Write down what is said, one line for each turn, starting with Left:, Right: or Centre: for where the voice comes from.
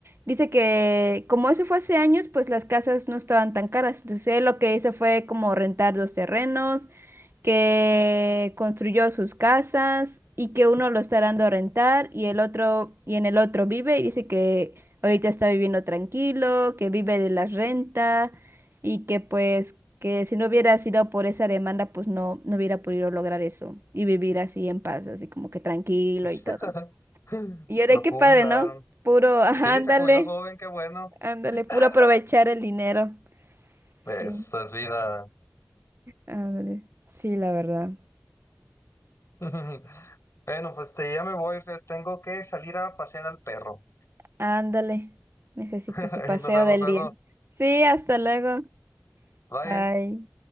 Right: dice que como eso fue hace años, pues las casas no estaban tan caras. Entonces él lo que hizo fue como rentar dos terrenos que construyó sus casas y que uno lo está dando a rentar y el otro y en el otro vive y dice que ahorita está viviendo tranquilo, que vive de la renta y que pues que si no hubiera sido por esa demanda pues no no hubiera podido lograr eso y vivir así en paz, así como que tranquilo
Left: <laughs>
Right: y todo. Y yo
Left: Lo
Right: de qué
Left: jubilaron.
Right: padre, ¿no? Puro, <laughs> ajá,
Left: Sí,
Right: ándale,
Left: se jubiló joven, qué bueno.
Right: ándale,
Left: <laughs>
Right: puro aprovechar el dinero. Sí,
Left: Eso es vida.
Right: ándale. Sí, la verdad.
Left: <laughs> Bueno, pues te, ya me voy, o sea, tengo que salir a pasear al perro.
Right: Ándale, necesita
Left: <laughs>
Right: su paseo
Left: Nos vemos
Right: del
Left: luego.
Right: día. Sí, hasta luego.
Left: Bye.
Right: Bye.